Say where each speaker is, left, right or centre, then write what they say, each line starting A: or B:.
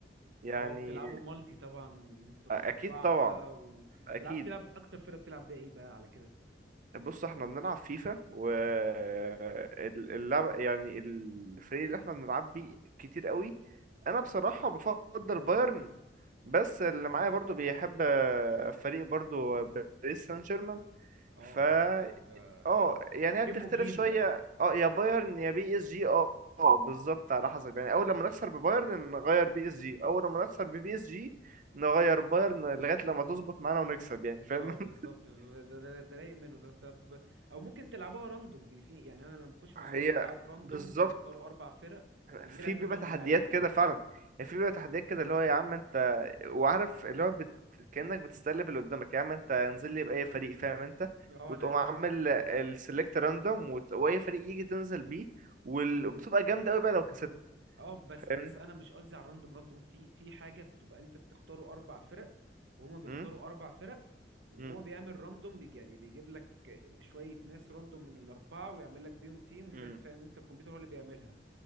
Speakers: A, on the right; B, on the right.
A: يعني
B: اه بتلعبوا مالتي طبعا انتوا الأربعة
A: أ- اكيد طبعا
B: بقى وبتلعب
A: اكيد
B: تلعب أكتر فرقة بتلعب بيها ايه بقى على كده
A: بص احنا بنلعب فيفا واللعب يعني الفريق اللي احنا بنلعب بيه كتير قوي انا
B: مم.
A: بصراحة بفضل بايرن بس اللي معايا برضو بيحب آه، فريق برضو باريس سان جيرمان
B: اه
A: فا
B: بالظبط ف
A: اه يعني
B: جيم
A: هي بتختلف
B: وجيم
A: شوية
B: بقى
A: اه يا بايرن يا بي اس جي اه اه بالظبط على حسب يعني اول لما نخسر ببايرن نغير بي اس جي اول لما نخسر ببي اس جي نغير بايرن لغاية لما تظبط معانا ونكسب يعني فاهم
B: اه بالظبط
A: <laughs>
B: ده ده ده رايق منه ده طب او ممكن تلعبوها راندوم بي في يعني انا لما اخش مع
A: هي
B: اصحابي بنلعبه راندوم
A: بالظبط
B: بنختار اربع فرق ويجي
A: في
B: لك
A: بيبقى
B: منهم
A: تحديات
B: لعيبه
A: كده
B: كده
A: فعلا يعني في بيبقى تحديات كده اللي هو يا عم انت وعارف اللي هو بت... كأنك بتستقلب اللي قدامك يا عم انت انزل لي بأي فريق فاهم انت
B: اه
A: وتقوم
B: انا ده
A: عامل
B: انا
A: السلكت راندوم وت... واي فريق يجي تنزل بيه وبتبقى جامدة قوي بقى لو كسبت
B: اه بس
A: فاهمني
B: بس انا مش قصدي على الراندوم راندوم في في حاجه بتبقى انت بتختاروا اربع فرق وهما بيختاروا
A: امم
B: اربع فرق وهو
A: امم
B: بيعمل راندوم بيجي يعني بيجيب لك شويه ناس راندوم من الاربعه ويعمل لك بيهم تيم وشويه
A: امم
B: فاهم انت الكمبيوتر هو اللي بيعملها